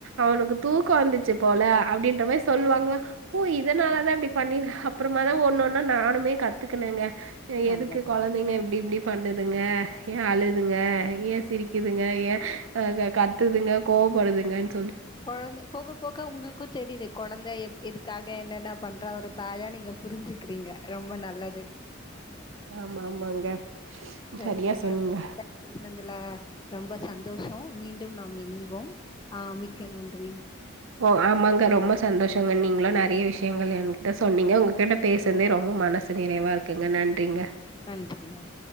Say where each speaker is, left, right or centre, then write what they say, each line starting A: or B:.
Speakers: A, on the right; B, on the left.
A: அவனுக்கு தூக்கொ வந்து ர்ச்சு போல அப்டின்ற மாரி சொல்வாங்க ஓ இ துனால தா இப்டி பண்ணி அப்றமா தா ஒன்னொன்னா நானுமே கத்துக்குனேங்க
B: நல்லது
A: எதுக்கு கொழந்தைங்க இப்டி இப்டி பண்ணுதுங்க ஏ அழுதுங்க ஏ சிரிக்குதுங்க ஏ கத்துதுங்க கோவப்படுதுங்கன்
B: கொழந்த போக போக உங்ளுக்கு தெரிது கொழந்த எப் எதுக்காக என்னென்ன பண்றா ஒரு தாயா நீங்க புருஞ்சுக்கிறீங்க ரொம்ப நல்லது
A: ஆமா ஆமாங்க
B: சரிங்க
A: சரியா சொன்னீங்க
B: <inaudible> பேசுனது ஐ ரொம்ப சந்தோஷொ மீண்டும் நாம் இணைவோம் ஆ மிக்க நன்றி
A: ஓ ஆமாங்க ரொம்ப சந்தோஷங்க நீங்ளு நறைய விஷயங்கள் எங்கிட்ட சொன்னிங்க உங்ககிட்ட பேசுனதே ரொம்ப மனசு நிறைவா இருக்குங்க நன்றிங்க
B: நன்றிங்க